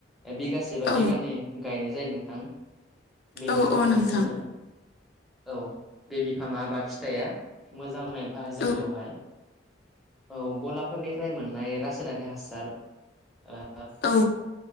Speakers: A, in the centre; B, on the left.
A: बिगासे बा
B: औ
A: बिगानै गायनाय जायो नोंथां बेनि
B: औ
A: उनावहाय
B: औ नोंथां
A: जोङो औ बे बिफाङा बा फिथाइआ मोजां जानायनि थाखाय जों
B: औ
A: बेवहाय औ गलाफोरनिफ्राय मोननाय रासायनारि हासार ओ
B: औ